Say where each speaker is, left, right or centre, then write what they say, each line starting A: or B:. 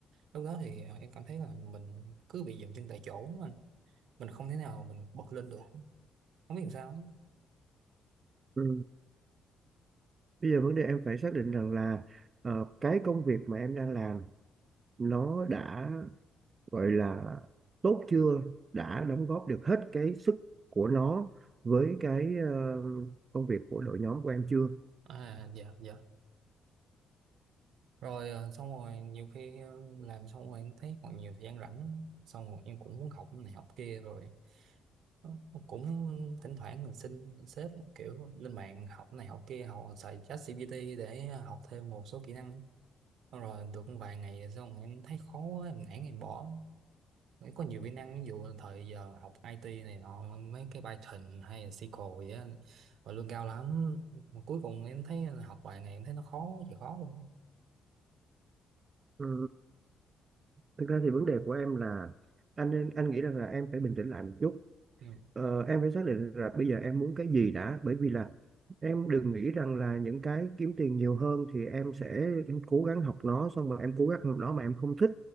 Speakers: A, on the right; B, on the right.
A: lúc đó thì à, em cảm thấy là mình cứ bị dậm chân tại chỗ á anh. mình không thể nào mình bật lên được không biết làm sao á.
B: Ừ. Bây giờ vấn đề em phải xác định rằng là ờ, cái công việc mà em đang làm nó đã gọi là tốt chưa, đã đóng góp được hết cái sức của nó với cái ờ, công việc của đội nhóm của em chưa?
A: À dạ dạ rồi ờ, xong rồi nhiều khi ờ, làm xong rồi em thấy còn nhiều thời gian rảnh lắm. xong rồi em cũng muốn học này học kia rồi ờ, cũng thỉnh thoảng mình xin sếp kiểu lên mạng học này học kia học xài ChatGPT để học thêm một số kỹ năng xong rồi được vài ngày rồi xong rồi em thấy khó quá em nản em bỏ Em có nhiều kỹ năng ví dụ là thời giờ học IT này nọ mấy cái Python hay là SQL vậy á và lương cao lắm mà cuối cùng em thấy là học vài ngày em thấy nó khó chịu khó luôn
B: Ừ. Thực ra thì vấn đề của em là anh anh nghĩ rằng là em phải bình tĩnh lại một chút
A: ừ.
B: Ờ, em phải xác định là bây giờ em muốn cái gì đã bởi vì là em đừng nghĩ rằng là những cái kiếm tiền nhiều hơn thì em sẽ em cố gắng học nó xong rồi em cố gắng học nó mà em không thích